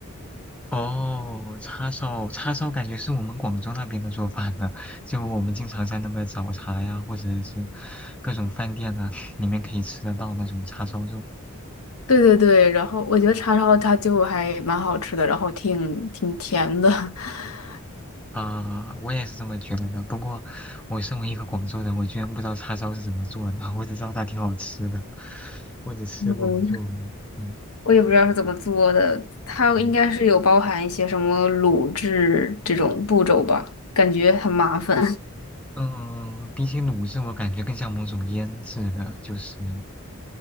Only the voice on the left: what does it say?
对对对，然后我觉得叉烧它就还蛮好吃的，然后挺挺甜的。<laughs>
嗯，
我也不知道是怎么做的，它应该是有包含一些什么卤制这种步骤吧，
感觉很麻烦。